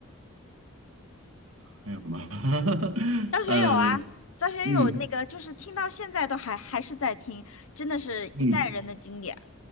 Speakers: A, on the right (about 75°); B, on the left (about 85°).
A: 还有什么？<laughs>
B: 张学友啊，
A: 呃，
B: 张学友那个就是听到现在都还还是在听，
A: 嗯
B: 真的是一代人的经典。
A: 嗯，